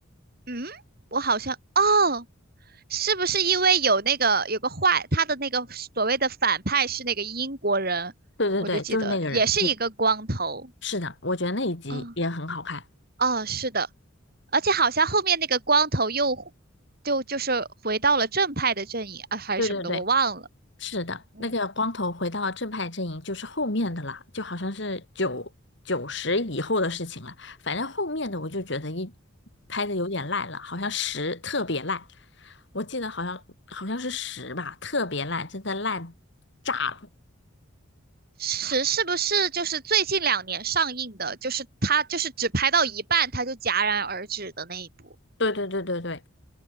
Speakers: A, on the right (about 45°); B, on the left (about 55°).
A: 嗯，我好像，哦。是不是因为有那个有个坏，他的那个所谓的反派是那个英国人，
B: 对对对，
A: 我就记得也是一个光头
B: 就是那个人，我是的，我觉得那一集也很好看，
A: 啊啊哦，是的，而且好像后面那个光头又就就是回到了正派的阵营啊，还是什么的，
B: 对对对，
A: 我忘了。
B: 是的，
A: 嗯，
B: 那个光头回到正派阵营就是后面的了，就好像是九九十以后的事情了。反正后面的我就觉得一拍的有点烂了，好像十特别烂，我记得好像好像是十吧，特别烂，真的烂炸了。
A: 是是不是就是最近两年上映的，就是他就是只拍到一半他就戛然而止的那一部？
B: 对对对对对，